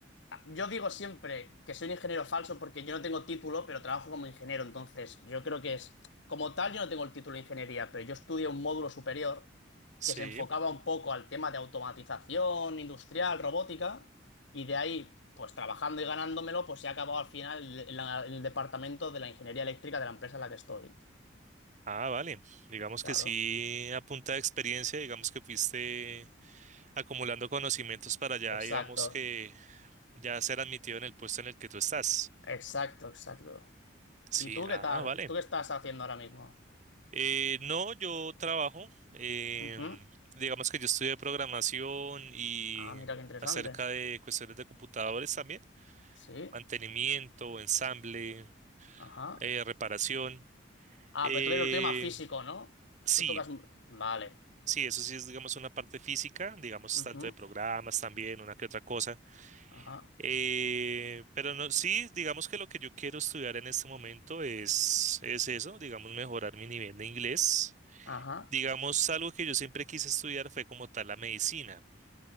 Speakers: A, on the left; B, on the right.
A: yo digo siempre que soy un ingeniero falso porque yo no tengo título, pero trabajo como ingeniero. Entonces, yo creo que es, como tal, yo no tengo el título de ingeniería, pero yo estudié un módulo superior
B: Sí.
A: que se enfocaba un poco al tema de automatización industrial, robótica, y de ahí, pues trabajando y ganándomelo, pues he acabado al final en la- en el departamento de la ingeniería eléctrica de la empresa en la que estoy.
B: Ah, vale. Digamos
A: Claro.
B: que sí, a punta de experiencia, digamos que fuiste acumulando conocimientos para ya,
A: Exacto,
B: digamos que ya ser admitido en el puesto en el que tú estás.
A: exacto, exacto.
B: Sí,
A: ¿Y tú
B: ah,
A: qué tal?
B: vale.
A: ¿Tú qué estás haciendo ahora mismo?
B: Eh, no, yo trabajo, em,
A: Ujú.
B: digamos que yo estudié programación y
A: Ah, mira qué interesante.
B: acerca de cuestiones de computadores también,
A: Sí,
B: mantenimiento, ensamble,
A: ajá.
B: eh, reparación.
A: Ah,
B: Eh,
A: pero tú eres el tuyo más físico, ¿no?
B: sí,
A: Tú tocas. Vale.
B: Sí, eso sí es, digamos, una parte física, digamos,
A: Ujú,
B: tanto de programas también, una que otra cosa.
A: Ajá,
B: Eh, pero no, sí, digamos que lo que yo quiero estudiar en este momento es, es eso, digamos, mejorar mi nivel de inglés.
A: ajá.
B: Digamos, algo que yo siempre quise estudiar fue como tal la medicina.